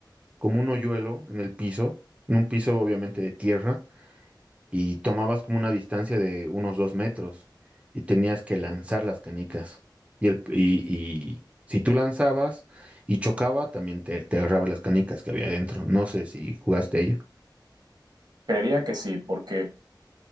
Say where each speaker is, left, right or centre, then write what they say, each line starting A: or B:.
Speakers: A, on the right; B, on the right.
A: como un hoyuelo en el piso, en un piso obviamente de tierra, y tomabas como una distancia de unos dos metros y tenías que lanzar las canicas. Y, el, y, y si tú lanzabas y chocaba, también te, te agarrabas las canicas que había adentro. No sé si jugaste a ello.
B: Creería que sí, porque